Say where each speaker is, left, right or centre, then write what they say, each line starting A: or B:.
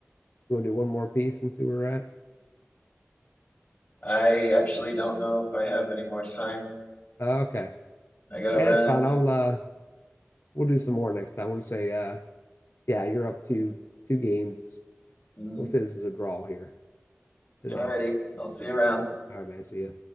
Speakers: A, on the left (about 60°); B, on the left (about 35°).
A: you want to do one more piece and see where we're at?
B: I actually don't know if I have any more time.
A: Uh, okay.
B: I gotta
A: Hey, that's
B: run.
A: fine. I'll uh we'll do some more next time. We'll just say uh yeah, you're up to two games
B: Mhm.
A: We'll say this is a draw here today.
B: Alrighty, I'll see you around.
A: All right, man. See ya.